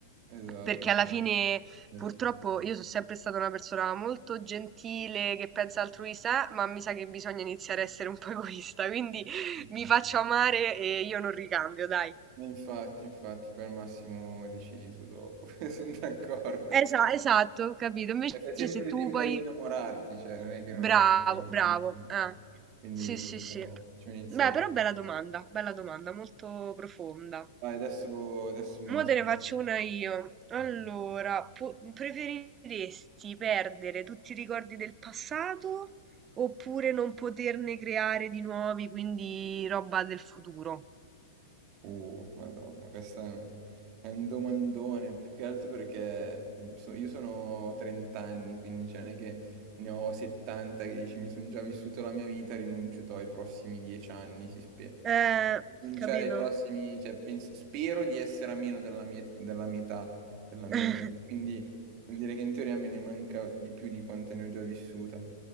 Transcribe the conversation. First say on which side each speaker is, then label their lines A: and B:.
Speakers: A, on the right; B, on the right.
A: esatto.
B: Perché alla
A: beh,
B: fine,
A: eh,
B: purtroppo,
A: ci
B: io sono sempre stata una persona molto gentile, che pensa altruista, eh, ma mi sa che bisogna iniziare a essere un po' egoista. Quindi <laughs>
A: sta.
B: mi faccio amare e io non ricambio, dai.
A: E Infatti, infatti, poi al massimo decidi tu dopo, <laughs> sono d'accordo.
B: Esa- esatto, capito. Invece
A: E fai sempre
B: se tu
A: tempo
B: poi
A: ad innamorarti, cioè non è che non
B: Bravo,
A: è... Quindi
B: bravo. Eh.
A: quindi
B: Sì, sì, sì.
A: facciamo, facciamo iniziare.
B: Beh, però bella domanda, bella domanda, molto profonda.
A: Vai, adesso, adesso me
B: Mo
A: ne aspetto.
B: te ne faccio una io. Allora,
A: Vai.
B: pu- preferiresti perdere tutti i ricordi del passato oppure non poterne creare di nuovi, quindi roba del futuro?
A: Uh, Madonna, questo è un domandone, più che altro perché mh, so- io sono 30 anni, quindi cioè, non è che ne ho 70 che dici mi sono già vissuto la mia vita, rinuncio to, ai prossimi 10 anni, si spera.
B: Eh,
A: Rinunciare
B: capito?
A: ai prossimi, cioè, penso- spero di essere a meno della mia- della metà della mia
B: <laughs>
A: vita, quindi vuol dire che in teoria me ne manca di più di quante ne ho già vissuta.